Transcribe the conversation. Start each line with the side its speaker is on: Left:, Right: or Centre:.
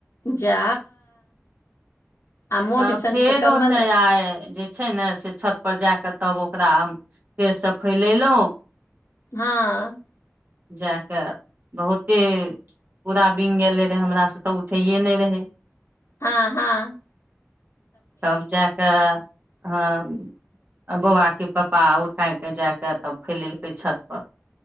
Left: जा आ मोट
Right: त
Left: सन
Right: फेदोस
Left: कम्मल
Right: आ जे छै ने से छत पर जा क तब ओकरा फेरसँ फैलेलहुँ
Left: हां
Right: जा कऽ बहुते पूरा बिंग गेललै रहै हमरासँ तऽ उठैए नहि रहै
Left: हँ हां
Right: तब जा कऽ हँ बौआबाके पप्पा उठाय कऽ जाय कऽ तब फैलेलकै छतपर